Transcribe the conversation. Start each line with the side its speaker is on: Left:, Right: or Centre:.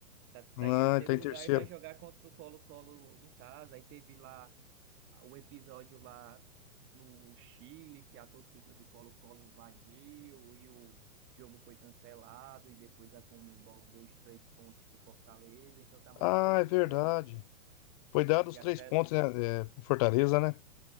Right: Tá, tá
Left: Ah,
Right: em terceiro
Left: ele tá em
Right: lugar
Left: terceiro.
Right: e vai jogar contra o Colo-Colo em casa. Aí teve lá o episódio lá no Chile, que a torcida do Colo-Colo invadiu e o jogo foi cancelado, e depois a Conmebol deu os três pontos para o Fortaleza, então tá uma
Left: Ah,
Right: polêmica
Left: é verdade.
Right: aí.
Left: Foi dado os
Right: E até
Left: três pontos, né, é, pro Fortaleza, né?